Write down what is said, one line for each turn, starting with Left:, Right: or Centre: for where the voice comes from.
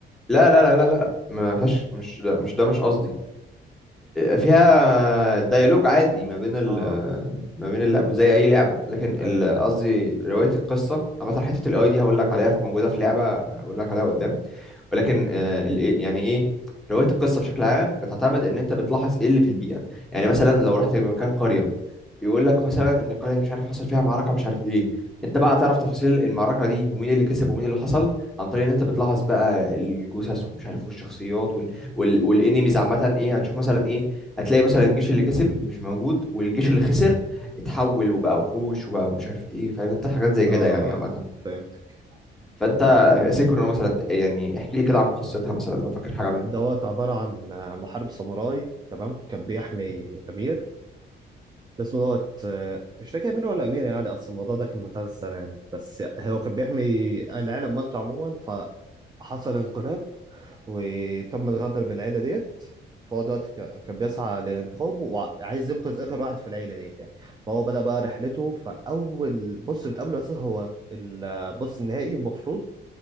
Centre: لا لا لا لا لا لا، ما فيهاش مش ده مش ده مش قصدي فيها ديالوج عادي ما بين ال
Right: اه
Centre: ما بين اللعب زي اي لعبه لكن ال-
Right: ايوه
Centre: قصدي روايه القصه عامه حته الاي دي هقول لك عليها في موجوده في لعبه هقول لك عليها قدام ولكن آه، ال- إيه- يعني ايه روايه القصه بشكل عام بتعتمد ان انت بتلاحظ ايه اللي في البيئه يعني مثلا لو رحت مكان قريه يقول لك مثلا ان قرية مش عارف حصل فيها معركة مش عارف ايه انت بقى تعرف تفاصيل المعركة دي ومين اللي كسب ومين اللي حصل عن طريق ان انت بتلاحظ بقى الجثث ومش عارف والشخصيات وال... وال... والانيميز عامة ايه هتشوف مثلا ايه هتلاقي مثلا الجيش اللي كسب مش موجود والجيش اللي خسر اتحول وبقى وحوش وبقى ومش عارف ايه فاهم انت حاجات زي
Right: اه
Centre: كده يعني عامة
Right: فهمتك
Centre: فانت سيكرو مثلا يعني احكي لي كده عن قصتها مثلا لو فاكر حاجة منها
Right: دوت عبارة عن محارب ساموراي تمام كان بيحمي امير اسمه دوت آه، مش فاكر امير ولا امير يعني اصل الموضوع ده كان من كذا سنة يعني بس هو كان بيحمي العالم مالته عموما فحصل انقلاب وتم الغدر بالعيلة ديت فهو دلوقتي ك- كان بيسعى للانتخاب وعايز ينقذ آخر واحد في العيلة ديت يعني فهو بدأ بقى رحلته فأول بص بتقابله أساسا هو البص النهائي المفروض